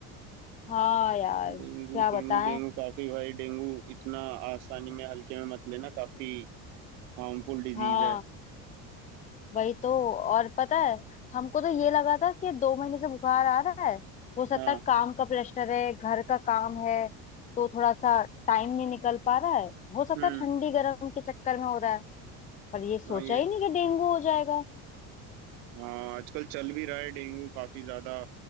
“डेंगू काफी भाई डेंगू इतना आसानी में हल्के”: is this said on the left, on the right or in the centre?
Right